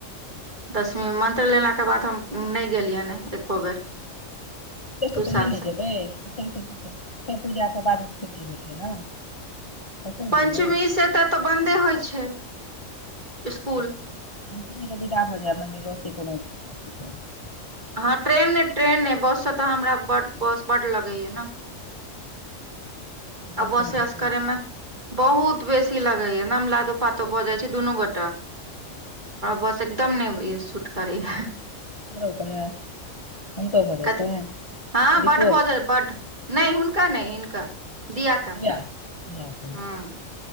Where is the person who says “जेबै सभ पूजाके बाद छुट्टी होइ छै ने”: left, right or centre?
Left